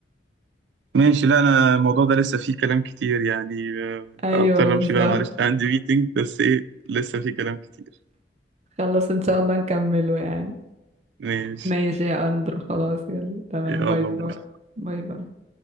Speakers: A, on the right (about 80°); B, on the right (about 40°).
A: ماشي لا انا الموضوع ده لسه فيه كلام كتير يعني آه،
B: ايوه
A: اضطر امشي
B: بالظبط
A: بقى معلش عندي ميتنج بس ايه لسه فيه كلام كتير
B: خلاص ان شاء الله نكمله يعني
A: ماشي
B: ماشي يا أندرو خلاص يلا تمام
A: يلا
B: باي باي
A: ماشي
B: باي باي